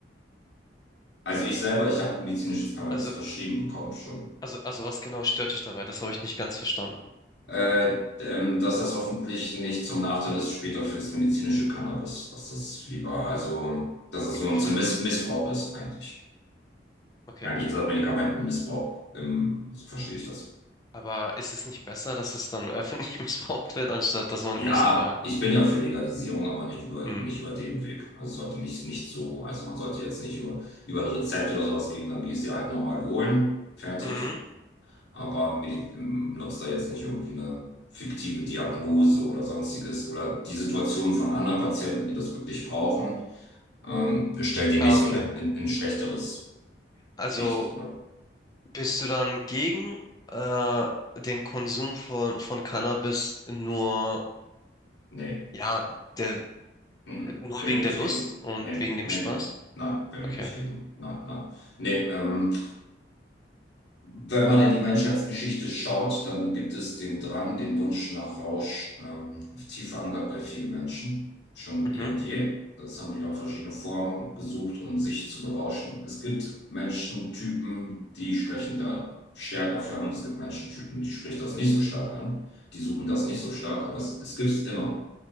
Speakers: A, on the left (about 65°); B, on the left (about 20°).
A: also ich selber, ich habe medizinisches Cannabis
B: Also,
A: verschrieben bekommen schon.
B: also, also was genau stört dich dabei? Das habe ich nicht ganz verstanden.
A: Äh, ähm, dass das hoffentlich nicht zum Nachteil ist später für das medizinische Cannabis, dass das lieber, also dass es
B: Inwiefern?
A: so zum Miss Missbrauch ist eigentlich.
B: Okay.
A: Eigentlich ist das Medikamentenmissbrauch, ähm, so verstehe ich das.
B: Aber ist es nicht besser, dass es dann öffentlich <laughs> missbraucht wird, anstatt dass man
A: Ja,
B: das über...
A: ich bin ja für Legalisierung, aber nicht über,
B: Mhm.
A: nicht über den Weg. Also es sollte nicht, nicht so, also man sollte jetzt nicht über, über ein Rezept oder sowas gehen, dann gehst du dir halt normal holen, fertig.
B: Mhm.
A: aber Medi- nutzt da jetzt nicht irgendwie eine fiktive Diagnose oder sonstiges oder die Situation von anderen Patienten, die das wirklich brauchen, ähm, stellt die nicht
B: Ah, okay.
A: so eine, in, in ein schlechteres
B: Also
A: Licht oder
B: bist du dann gegen äh, den Konsum von, von Cannabis nur,
A: nee,
B: ja, der,
A: mm,
B: nur
A: bin
B: wegen
A: ich
B: der
A: nicht
B: Lust
A: gegen.
B: und
A: Nee, nee,
B: wegen dem
A: nee,
B: Spaß?
A: nee. Nein, bin
B: Okay.
A: ich nicht gegen. Nein, nein. Nee, ähm, Wenn man in die Menschheitsgeschichte schaut, dann gibt es den Drang, den Wunsch nach Rausch, ähm, tief verankert bei vielen Menschen, schon
B: Mhm.
A: eh und je. Das haben die dann verschiedene Formen gesucht, um sich zu berauschen. Es gibt Menschentypen, die sprechen da stärker für an. Es gibt Menschentypen, die sprechen das nicht so stark an. Die suchen das nicht so stark, aber es, es gibt es immer.